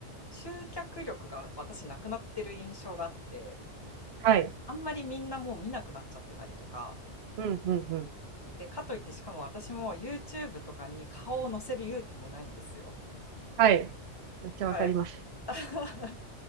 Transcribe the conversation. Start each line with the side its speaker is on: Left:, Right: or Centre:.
Left: 集客力が私なくなってる印象があって、
Right: はい。
Left: あんまりみんなもう見なくなっちゃってたりとか、
Right: うん、うん、うん。
Left: で、かといってしかも私も YouTube とかに顔を載せる勇気もないんですよ。
Right: はい。めっちゃわかります。
Left: だからやっぱ、<laughs>